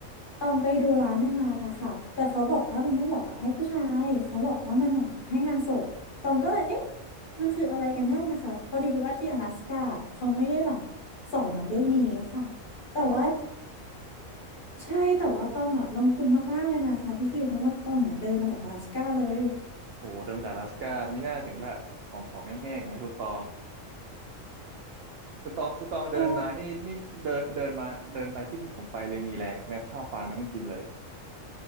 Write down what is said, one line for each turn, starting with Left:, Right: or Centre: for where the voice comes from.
Left: ตองไปดูร้านหนึงมาค่ะแต่เขาบอกว่ามันไม่เหมาะกับให้ผู้ชายเขาบอกว่ามันเหมาะกับให้งานศพตองก็เลยเอ๊ะมันคืออะไรกันแน่นะคะเพราะดีว่าที่阿拉斯ก้าเขาไม่ได้แบบสอนมาเรื่องนี้ค่ะแต่ว่า
Right: อ๋อ
Left: ใช่แต่ว่าตองอ่ะลงทุนมากๆเลยนะคะพี่คิวเพราะว่าตองอ่ะเดินมาจาก阿拉斯ก้าเลย
Right: โอ้โหเดินมาจากอลาสก้ามีหน้าถึงแบบผอมๆแห้งๆอย่างนี้ยคุณตองคุณตองคุณตองเดินมานี่นี่เดินเดินมาเดินไปคิดถึงผมไปเลยมีแรงใช่ไหมข้าวปลามันต้องกินเลย
Left: เออ